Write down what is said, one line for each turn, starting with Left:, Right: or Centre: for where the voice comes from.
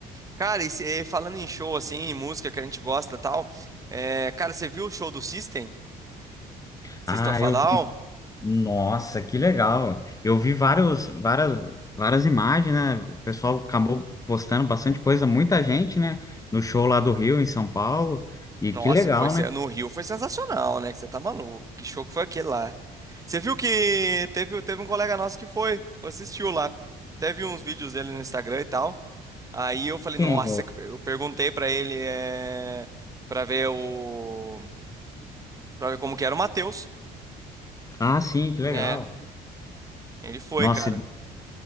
Right: Cara, e se- eh, falando em show, assim, em música que a gente gosta e tal, eh, cara, você viu o show do System? System
Left: Ah,
Right: of a
Left: eu
Right: Down?
Left: vi. Nossa, que legal! Eu vi vários, várias, várias imagens, né? O pessoal acabou postando bastante coisa, muita gente, né? No show lá do Rio, em São Paulo. E
Right: Nossa,
Left: que legal,
Right: foi, sen-
Left: né?
Right: no Rio foi sensacional, né? Que você tá maluco. Que show que foi aquele lá. Você viu que teve, teve um colega nosso que foi, foi assistiu lá. Teve uns vídeos dele no Instagram e tal. Aí eu falei,
Left: Quem?
Right: nossa, eu perguntei pra ele, é, pra ver o, pra ver como que era o Matheus.
Left: Ah, sim, que legal.
Right: É, ele foi,
Left: Nossa,
Right: cara.